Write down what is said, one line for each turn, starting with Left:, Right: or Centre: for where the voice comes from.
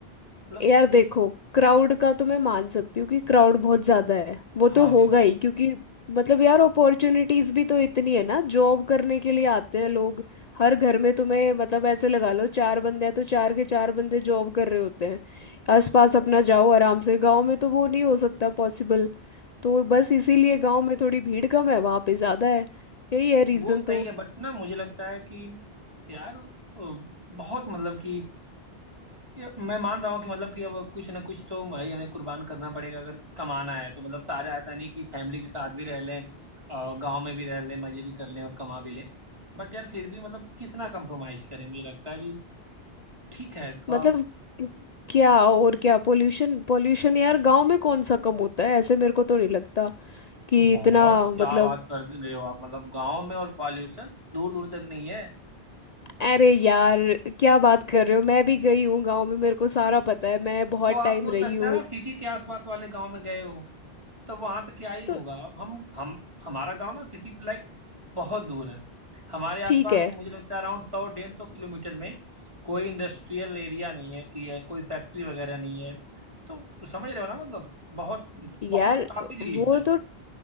Right: मतलब
Left: यार देखो क्राउड का तो मैं मान सकती हूँ कि क्राउड बहुत ज्यादा है वो
Right: हाँ
Left: तो होगा
Right: बिल्कुल
Left: ही क्योंकि मतलब यार अपॉर्चुनिटीज भी तो इतनी है ना जॉब करने के लिए आते हैं लोग हर घर में तुम्हें मतलब ऐसे लगा लो चार बंदे हैं तो चार के चार बंदे जॉब कर रहे होते हैं आसपास अपना जाओ आराम से गांव में तो वो नहीं हो सकता पॉसिबल तो बस इसीलिए गांव में थोड़ी भीड़ कम है वहां पे ज्यादा है यही है रीजन
Right: वो सही
Left: तो
Right: है बट ना मुझे लगता है कि यार अ, बहुत मतलब कि ये मैं मान रहा हूँ कि मतलब कि अब कुछ ना कुछ तो भाई हमें कुर्बान करना पड़ेगा अगर कमाना है तो मतलब सारे ऐसा नहीं कि फैमिली के साथ भी रह लें और गांव में भी रह लें मजे भी कर लें और कमा भी लें बट यार फिर भी मतलब कितना कंप्रोमाइज करें मुझे लगता है कि ठीक है थोड़ा
Left: मतलब क्या और क्या पोल्यूशन पोल्यूशन यार गांव में कौन सा कम होता है ऐसे मेरे को तो नहीं लगता कि
Right: बहुत
Left: इतना मतलब
Right: क्या बात कर रहे हो आप मतलब गांव में और पॉल्यूशन दूर दूर तक नहीं है
Left: अरे यार क्या बात कर रहे हो मैं भी गई हूँ गांव में मेरे को सारा पता है मैं बहुत
Right: तो आप
Left: टाइम
Right: हो
Left: रही
Right: सकता
Left: हूँ
Right: है ना सिटी के आसपास वाले गांव में गए हो तो वहां पे क्या ही होगा
Left: तो
Right: अब हम हम हमारा गांव ना सिटी से लाइक बहुत दूर है हमारे आसपास
Left: ठीक है
Right: मुझे लगता है अराउंड सौ डेढ़ सौ किलोमीटर में कोई इंडस्ट्रियल एरिया नहीं है कि है कोई फैक्ट्री वगैरह नहीं है तो समझ रहे हो ना मतलब बहुत
Left: यार
Right: बहुत काफी रिलीफ
Left: वो
Right: है
Left: तो